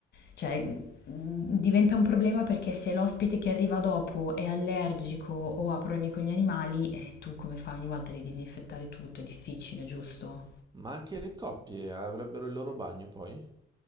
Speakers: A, on the left; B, on the right.
A: cioè mh, diventa un problema perché se l'ospite che arriva dopo è allergico o ha problemi con gli animali, eh, tu come fai ogni volta di disinfettare tutto? È difficile, giusto?
B: Ma anche le coppie avrebbero il loro bagno poi?